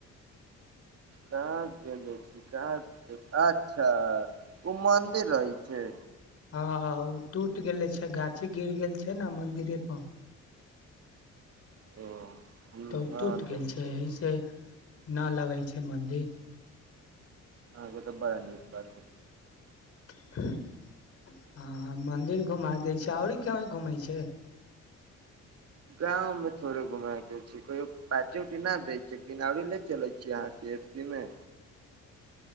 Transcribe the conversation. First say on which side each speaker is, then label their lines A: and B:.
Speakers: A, on the right; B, on the left.
A: कहा गेले अछी अच्छा ओ मन्दिर रहै छै
B: हँ ओ टूटि गेलै छै गाछी गिर गेल छै न मंदिरे पर
A: ओ हँ
B: तऽ ओ टूटि
A: देखले
B: गेल छै
A: रह
B: एहिसँ नहि लगै छै मन्दिर
A: आहा ग तऽ बड़ा नीक बार
B: <unintelligible> हँ मंदिर घुमा दै छै आओरी कहि घुमै छै
A: गाँव में थोड़े घुमे के कहियो पार्टी-उटी नहि दै छै बिनारी ले चलै छियै अहाँके एफ सी मे